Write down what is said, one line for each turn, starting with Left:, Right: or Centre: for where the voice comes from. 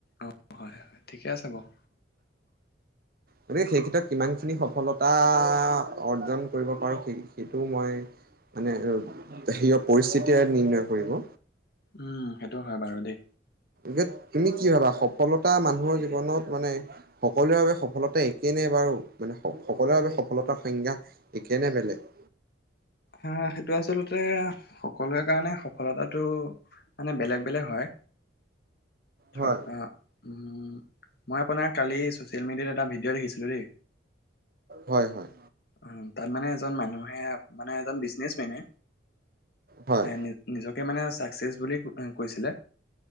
Left: অ' হয়- হয় ঠিকে আছে বাৰু।
Right: গতিকে সেই ক্ষেত্ৰত কিমানখিনি সফলতা অৰ্জন কৰিব পাৰো সেইটোও মইয়ে। মানে সেইয়া পৰিস্থিতিয়ে নিৰ্ণয় কৰিব।
Left: উম', সেইটো হয় বাৰু দেই।
Right: গতিকে তুমি কি ভাবা? সফলতা মানুহৰ জীৱনত মানে সকলোৰে বাবে সফলতা একে নে বাৰু, মানে সকলোৰে বাবে সফলতাৰ সংজ্ঞা একেই নে বেলেগ?
Left: আহ সেইটো আচলতে সকলোৰে কাৰণে সফলতাটো মানে, বেলেগ -বেলেগ হয়। থ
Right: হয়
Left: অ' উম্ মই আপোনাৰ কালি ছ চিয়েল মিডিয়াত এটা ভিডিঅ' দেখিছিলোঁ দেই,
Right: হয় হয়
Left: অ তাত মানে এজন মানুহে, মানে এজন বিজনেছমেনে
Right: হয়
Left: এ নি নিজকে মানে চাক্সেচ বুলি এই কৈছিলে,